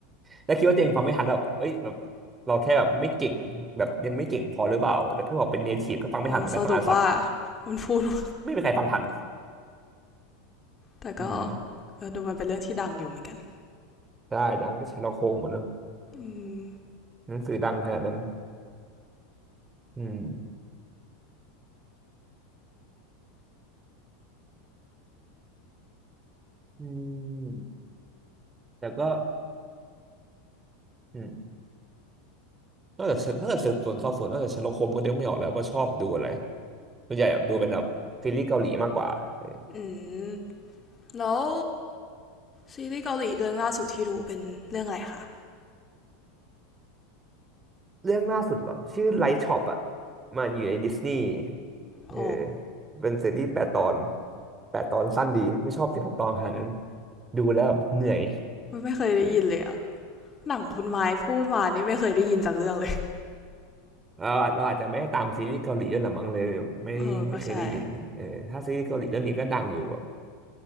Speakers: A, on the right; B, on the left.
A: แล้วคิดว่าตัวเองฟังไม่ทันแบบเอ้ยแบบเราแค่แบบไม่เก่งแบบยังไม่เก่งพอหรือเปล่าแต่เพื่อนบอกเป็นเนทีฟก็ฟังไม่ทันเหมือนกันต้องอ่านซับ
B: <laughs> อ๋อสรุปว่ามันพูด <laughs>
A: ไม่มีใครฟังทัน
B: แต่ก็
A: อืม
B: เออดูมันเป็นเรื่องที่ดังอยู่เหมือนกัน
A: ได้ดังก็ใช้ลอกโคงหมดเนอะ
B: อืม
A: หนังสือดังขนาดนั้น อืมอืมแต่ก็อืมนอกจากสืบถ้าเกิดสืบสวนสอบสวนนอกจากเชอร์ล็อกโฮมส์ก็เดกไม่ออกแล้วว่าชอบดูอะไรส่วนใหญ่แบบดูเป็นแบบซีรีส์เกาหลีมากกว่าเออ
B: อืม แล้วซีรีส์เกาหลีเรื่องล่าสุดที่ดูเป็นเรื่องอะไรคะ
A: เรื่องล่าสุดเหรอชื่อไลท์ช็อปอ่ะมันอยู่ในดิสนีย์เออ
B: โห
A: เป็นซีรีส์แปดตอนแปดตอนสั้นดีไม่ชอบสิบหกตอนขนาดนั้นดูแล้วแบบเหนื่อย
B: ไม่เคยได้ยินเลยอะหนังคุณไม้พูดมานี่ไม่เคยได้ยินจากเรื่องเลย
A: เราเราอาจจะไม่ได้ตามซีรีส์เกาหลีด้วยหรือมั้งเลยไม่ไม่เคยได้ยินเออถ้าซีรีส์เกาหลีเรื่องนี้ก็ดังอยู่แบบ
B: เออก็ใช่